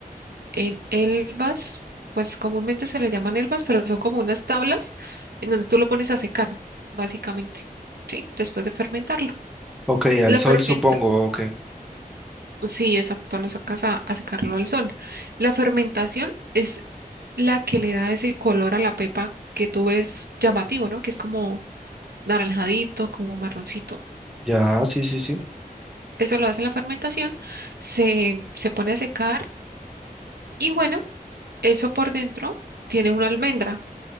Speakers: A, on the right; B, in the centre.
A: en elvas, pues comúnmente se le llaman elvas, pero son como unas tablas en donde tú lo pones a secar, básicamente, ¿sí? Después de fermentarlo.
B: Ok, al
A: La
B: sol
A: fermenta,
B: supongo, ok.
A: sí, exacto, lo sacas a a secarlo al sol. La fermentación es la que le da ese color a la pepa que tú ves llamativo, ¿no? Que es como naranjadito, como marroncito.
B: Ya, sí, sí, sí.
A: Eso lo hace la fermentación, se, se pone a secar y bueno, eso por dentro tiene una almendra.